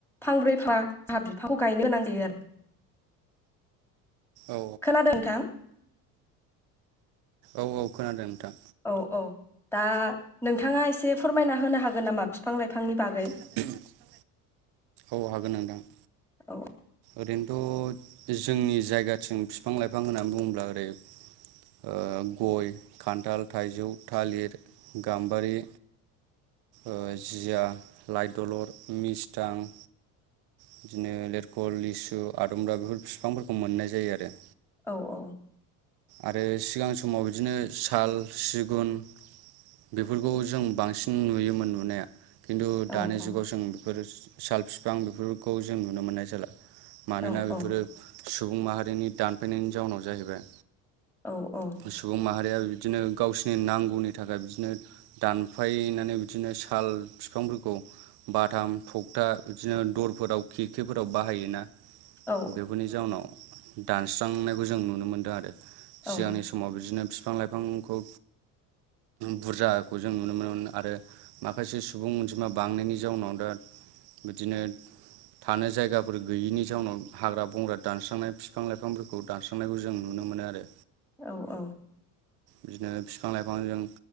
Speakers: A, in the centre; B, on the right (about 60°).
A: फांब्रै फा जोहा बिफां गायनो होनां जायो आरो
B: औ
A: खोनादों नोंथां
B: औ औ खोनादों नोंथां।
A: औ औ दा नोंथाङा एसे फोरमायना होनो हागोन नामा फिफां लाइफांनि बागै।
B: <unintelligible> औ हागोन नोंथां।
A: औ
B: ओरैनोथ' जोंनि जायगाथिं फिफां- लाइफां होननानै बुंब्ला ओरै ओ गय खान्थाल थाइजौ थालिर गाम्बारि ओ जिया लाइदलर मिसथां बिदिनो लेरख', लिसु, आदुमब्रा, बेफोर फिफांफोरखौ मोननाय जायो आरो।
A: औ औ
B: आरो सिगां समाव बिदिनो साल सिगुन बेफोरखौ जों बांसिन नुयोमोन नुनाया। खिन्थु दानि
A: औ
B: जुगाव
A: औ
B: जों बेफोर साल फिफां बेफोरखौ जों नुनो मोननाय जाला। मानोना
A: औ
B: बेफोरो
A: औ
B: सुबुं माहारिनि दानफानायनि जाउनाव जाहैबाय।
A: औ औ
B: सुबुं माहारिया बिदिनो गावसिनि नांगौनि थाखाय बिदिनो दानफायनानै बिदिनो साल फिफांफोरखौ बाथाम थखथा बिदिनो दर फोराव खिखिफोराव बाहायोना
A: औ
B: बेफोरनि जाउनाव दानस्रांनायखौ जों नुनो मोन्दों आरो
A: औ
B: सिगांनि समाव बिदिनो फिफां लाइफांखौ बुरजाखौ जों नुनो मोनोमोन आरो माखासे सुबुं अनजिमा बांनायनि जाउनाव दा बिदिनो थानो जायगाफोर गैयिनि जाउनाव हाग्रा बंग्रा दानस्रांनाय फिफां- लाइफांफोरखौ दानस्रां नायखौ जों नुनो मोनो आरो।
A: औ औ
B: बिदिनो फिफां लाइफांजों